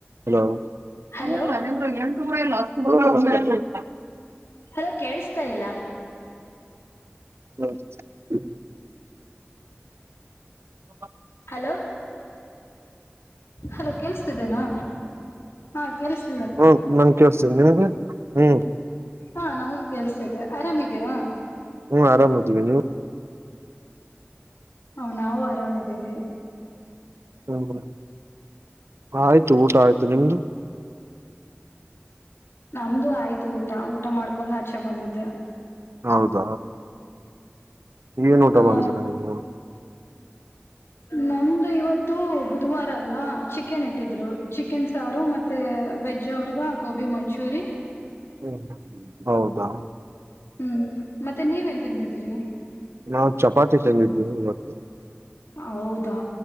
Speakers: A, on the right; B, on the left.
A: ಹ -ಇಲ್ಲ-
B: ಹಲೋ
A: ನಿ -ಎಂಟುರ ಇಲ್ಲ ಹ <unintelligible>
B: ಹಲೋ ಕೇಳಸ್ತಾ ಇಲ್ಲ.
A: ಹ <unintelligible> ಹ್ಮ <inaudible>
B: ಹಲೋ ಅಲೋ ಕೇಳಿಸತಿದ್ದೇನಾ ಹ <unintelligible> ಕತ
A: ಹ್ಮ <unintelligible> ಮಂಕಿ ಒಸ್ಂದ ನಿಮಗೆ ಹ್ಮ್
B: ಹಾ ನಮಗ್ ಕೆಳ್ಸಿ ದೆ ಆರಾಮಿದೀರಾ
A: ಹು ಆರಾಮ ಹಚಗ ನೀ
B: ಹಾ ನಾವು ಆರಾಮಿದ್ದೇವಿ
A: ಹ್ಮ ಆಯ್ತು ಊಟ ಆಯ್ತು ನಿಮ್ದು
B: ನಮ್ದು ಆಯ್ತು ಊಟ ಊಟ ಮಾಡ್ಕೊಂಡ್ ಹಾಚೆ ಬಂದಿದ್ದ
A: ಹೌದ ಏನ ಊಟ
B: ಆ
A: ಮಾಡಿದಿರಾ ನೀವು
B: ನಮ್ದು ಇವತ್ತು ಬುಧವಾರ ಅಲ್ಲ ಚಿಕೆನ್ ಇಟ್ಟಿದ್ರು ಚಿಕನ್ ಚಾರು ಮತ್ತೆ ವೆಜ್ ಅವ್ರಗ ಗೋಬಿ ಮಂಚೂರಿನ್
A: ಹ್ಮ್ ಹೌದಾ
B: ಹ್ಮ್ ಮತ್ತೆ ನೀವೇನ್ ತಿಂದಿದ್ರಿ
A: ನಾವು ಚಪಾತಿ ತೆಂದಿದ್ವಿ ಇವತ್ತು
B: ಹೌದಾ